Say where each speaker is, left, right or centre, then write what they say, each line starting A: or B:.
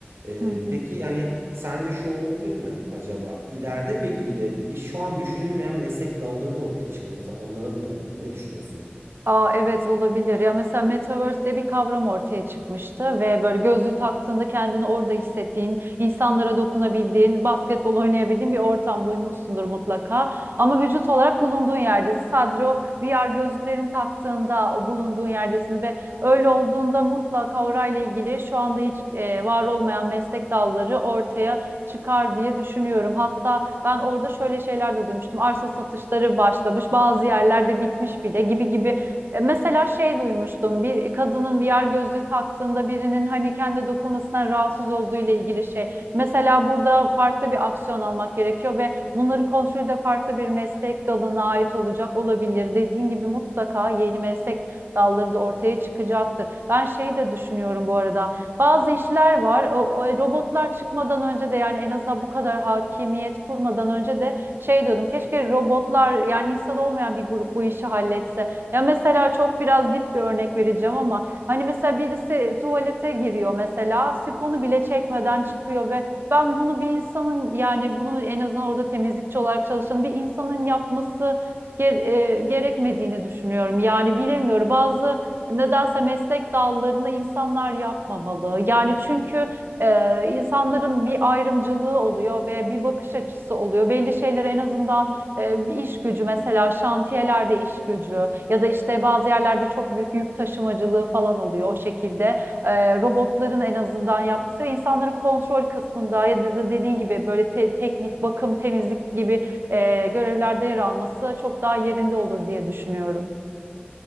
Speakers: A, on the right; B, on the right.
A: Ee,
B: Hı hı.
A: peki yani sence şu olabilir mi acaba? İleride peki bir de bir şu an düşünülmeyen meslek dalları da ortaya çıkabilir. Mesela onlara da dönebilir. Ne düşünüyorsun?
B: Aa, evet olabilir. Ya mesela Metaverse diye bir kavram ortaya çıkmıştı ve böyle gözlüğü taktığında kendini orada hissettiğin, insanlara dokunabildiğin, basketbol oynayabildiğin bir ortam duymuşsundur mutlaka. Ama vücut olarak bulunduğun yerdesin. Sadece o VR gözlüklerini taktığında o bulunduğun yerdesin ve öyle olduğunda mutlaka orayla ilgili şu anda hiç e, var olmayan meslek dalları ortaya çıkar diye düşünüyorum. Hatta ben orada şöyle şeyler de duymuştum. Arsa satışları başlamış, bazı yerlerde bitmiş bile gibi gibi e, Mesela şey duymuştum bir kadının VR gözlüğü taktığında birinin hani kendi dokunmasından rahatsız olduğu ile ilgili şey. Mesela burada farklı bir aksiyon almak gerekiyor ve bunların kontrolü de farklı bir meslek dalına ait olacak olabilir. Dediğin gibi mutlaka yeni meslek dalları da ortaya çıkacaktır. Ben şeyi de düşünüyorum bu arada. Bazı işler var. O, o e, robotlar çıkmadan önce de yani en azından bu kadar hakimiyet kurmadan önce de şey diyordum. Keşke robotlar yani insan olmayan bir grup bu işi halletse. Ya mesela çok biraz dip bir örnek vereceğim ama hani mesela birisi tuvalete giriyor mesela sifonu bile çekmeden çıkıyor ve ben bunu bir insanın yani bunu en azından orada temizlikçi olarak çalışan bir insanın yapması ge- e, gerekmediğini düşünüyorum. Yani bilemiyorum bazı nedense meslek dallarını insanlar yapmamalı. Yani çünkü e, insanların bir ayrımcılığı oluyor ve bir bakış açısı oluyor. Belli şeyleri en azından e, iş gücü mesela şantiyelerde iş gücü ya da işte bazı yerlerde çok büyük yük taşımacılığı falan oluyor o şekilde. E, robotların en azından yapması ve insanları kontrol kısmında ya da dediğin gibi böyle te- teknik, bakım, temizlik gibi e, görevlerde yer alması çok daha yerinde olur diye düşünüyorum.